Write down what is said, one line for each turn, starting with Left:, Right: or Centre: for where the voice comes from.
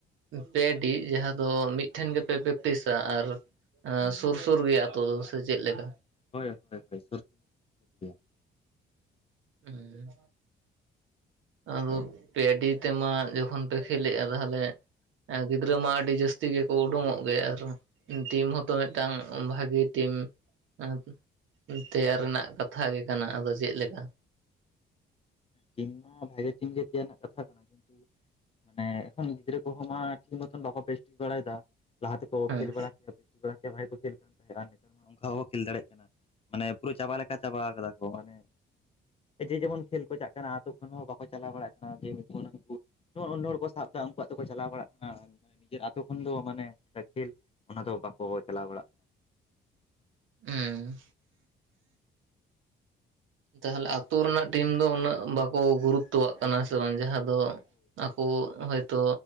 Right: ᱯᱮ ᱰᱤ ᱡᱟᱦᱟᱸ ᱫᱚ ᱢᱤᱫᱴᱷᱮᱱ ᱜᱮᱯᱮ ᱯᱨᱮᱠᱴᱤᱥ-ᱟ ᱟᱨ ᱥᱩᱨ ᱥᱩᱨ ᱜᱮᱭᱟ ᱟᱛᱳ ᱫᱚ ᱥᱮ ᱪᱮᱫ ᱞᱮᱠᱟ?
Left: ᱦᱳᱭ ᱦᱳᱭ <unintelligible>
Right: ᱦᱮᱸ ᱟᱫᱚ ᱯᱮ ᱰᱤ ᱛᱮᱢᱟ ᱡᱚᱠᱷᱚᱱ ᱯᱮ ᱠᱷᱮᱞᱜᱼᱟ ᱛᱟᱦᱚᱞᱮ ᱜᱤᱫᱽᱨᱟᱹ ᱢᱟ ᱟᱹᱰᱤ ᱡᱟᱹᱥᱛᱤ ᱜᱮᱠᱚ ᱩᱰᱚᱸᱜᱚᱜ ᱜᱮ ᱟᱨᱦᱚᱸ ᱾ ᱴᱤᱢ ᱦᱚᱸᱛᱚ ᱢᱤᱫᱴᱟᱝ ᱵᱷᱟᱜᱤ ᱴᱤᱢ <unintelligible> ᱛᱮᱭᱟᱨ ᱨᱮᱱᱟᱜ ᱠᱟᱛᱷᱟ ᱜᱮ ᱠᱟᱱᱟ ᱟᱫᱚ ᱪᱮᱫᱮ ᱞᱮᱠᱟ ᱾
Left: ᱴᱤᱢ ᱢᱟ ᱵᱷᱟᱜᱮ ᱴᱤᱢ ᱜᱮ ᱛᱮᱭᱟᱨ ᱨᱮᱱᱟᱜ ᱠᱟᱛᱷᱟ ᱠᱟᱱᱟ ᱠᱤᱱᱛᱩ ᱢᱟᱱᱮ ᱮᱠᱷᱚᱱ ᱜᱤᱫᱽᱨᱟᱹ ᱠᱚᱦᱚᱸ ᱢᱟ ᱴᱷᱤᱠ ᱢᱚᱛᱚᱱ ᱵᱟᱠᱚ ᱵᱮᱥ ᱴᱷᱤᱠ ᱵᱟᱲᱟᱭᱮᱫᱟ ᱾ ᱞᱟᱦᱟ ᱛᱮᱠᱚ
Right: ᱦᱮᱸ
Left: ᱠᱷᱮᱞ ᱵᱟᱲᱟ ᱠᱮᱭᱟ ᱵᱴᱤ ᱵᱟᱲᱟ ᱠᱮᱭᱟ ᱵᱷᱟᱭ ᱠᱚ ᱠᱷᱮᱞ ᱠᱟᱱ ᱛᱟᱦᱮᱸᱫ ᱟᱨ ᱱᱮᱛᱟᱨ ᱢᱟ ᱚᱱᱠᱟ ᱦᱚᱸ ᱠᱷᱮᱞ ᱫᱟᱲᱮᱭᱟᱜ ᱠᱟᱱᱟ ᱾ ᱢᱟᱱᱮ ᱯᱩᱨᱟᱹ ᱪᱟᱵᱟ ᱞᱮᱠᱟ ᱪᱟᱵᱟ ᱠᱟᱫᱟ ᱠᱚ ᱢᱟᱱᱮ ᱡᱮ ᱡᱮᱢᱚᱱ ᱠᱷᱮᱞ ᱠᱚ ᱪᱟᱜ ᱠᱟᱱᱟ ᱾ <inaudible> ᱟᱹᱛᱩ ᱠᱷᱚᱱ ᱦᱚᱸ ᱵᱟᱠᱚ ᱪᱟᱞᱟᱣ ᱵᱟᱲᱟᱜ ᱠᱟᱱᱟ ᱡᱮ ᱩᱱᱝᱠᱩ ᱛᱚ ᱚᱱᱱᱳᱦᱚᱲ ᱠᱚ ᱥᱟᱵ ᱫᱟ ᱩᱱᱠᱩᱣᱟᱜ ᱛᱮᱠᱚ ᱪᱟᱞᱟᱣ ᱵᱟᱲᱟᱜ ᱠᱟᱱᱟ ᱾ ᱱᱤᱡᱮᱨ ᱟᱛᱳ ᱠᱷᱚᱱ ᱫᱚ ᱢᱟᱱᱮ <unintelligible> ᱚᱱᱟ ᱫᱚ ᱵᱟᱠᱚ ᱪᱟᱞᱟᱣ ᱵᱟᱲᱟᱜ ᱠᱟᱱᱟ ᱾
Right: ᱦᱩᱸ ᱛᱟᱦᱞᱮ ᱟᱹᱛᱩ ᱨᱮᱱᱟᱜ ᱴᱤᱢ ᱫᱚ ᱩᱱᱟᱹᱜ ᱵᱟᱠᱚ ᱜᱩᱨᱩᱛᱛᱚᱣᱟᱜ ᱠᱟᱱᱟ ᱥᱮ ᱵᱟᱝ ᱡᱟᱦᱟᱸ ᱫᱚ
Left: ᱠᱟᱱᱟ
Right: ᱟᱠᱚ ᱦᱚᱭᱛᱚ